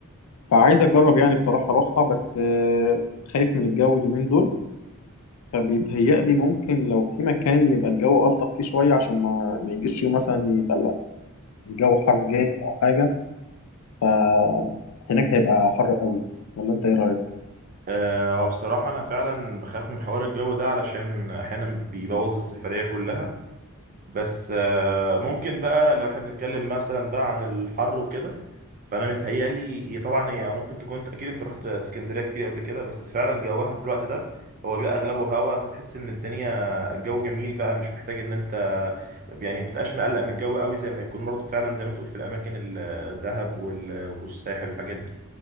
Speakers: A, on the left; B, on the right.
A: فعايز أجرب يعني بصراحة أروحها بس آه، خايف من الجو اليومين دول فبيتهيألي ممكن لو في مكان يبقى الجو ألطف فيه شوية عشان ما ما يجيش يوم مثلا يبقى الجو حر جامد أو حاجة فهناك هيبقى حر قوي ولا انت ايه رايك
B: آه، وبصراحة أنا فعلا بخاف من حوار الجو ده علشان أحيانا بيبوظ السفرية كلها بس آه، ممكن بقى لو احنا بنتكلم مثلا بقى عن الحر وكده فأنا متهيألي هي طبعا هي ممكن تكون أكيد أنت رحت اسكندرية كتير قبل كده بس فعلا جوها في الوقت ده هو بيبقى أغلبه هوا فتحس إن الدنيا الجو جميل بقى مش محتاج إن أنت يعني بتبقاش مقلق من الجو قوي زي ما يكون برضه فعلا زي ما تقول في الأماكن الدهب وال- والساحل والحاجات دي